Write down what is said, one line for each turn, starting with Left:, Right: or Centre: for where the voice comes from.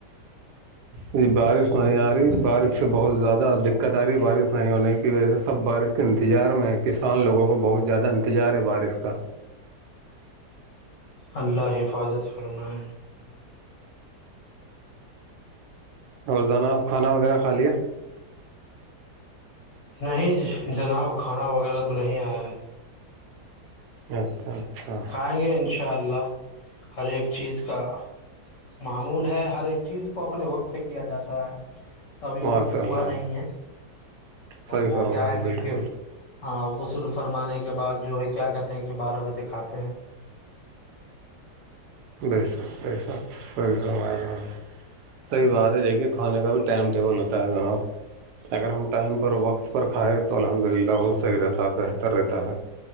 Right: جی بارش نہیں آ رہی بارش سے بہت زیادہ دقت آ رہی ہے بارش نہیں ہونے کی وجہ سے سب بارش کے انتظار میں کسان لوگوں کو بہت زیادہ انتظار ہے بارش کا
Left: اللہ حفاظت فرمائے
Right: اوروزانا آپ کھانا وغیرہ کھا لیا
Left: نہیں جناب کھانا وغیرہ تو نہیں آیا ہے
Right: اچھا اچھا <inaudible>
Left: کھائیں گے ان شاء اللہ ہر ایک چیز کا معمول ہے ہر ایک چیز کو اپنے وقت پہ کیا جاتا ہے ابھی
Right: ماشاء
Left: وقت
Right: اللہ
Left: ہوا نہیں ہے
Right: صحیح
Left: وہ
Right: فرمایا
Left: کیا ہے کہ
Right: بالکل
Left: پھر ہاں غسل فرمانے کے بعد جو ہے کیا کہتے ہیں کہ بارہ بجے کھاتے ہیں
Right: بیسخ بیسب سی س گ <inaudible> صحی بات ہے دیکھیے کھانے کا بھی ٹائم ٹیبل ہوتا ہے جناب اگر ہم ٹائم پر وقت پر کھائائے تو الحمد للہ وہ صحیح رہتا ہے بہتر رہتا ہے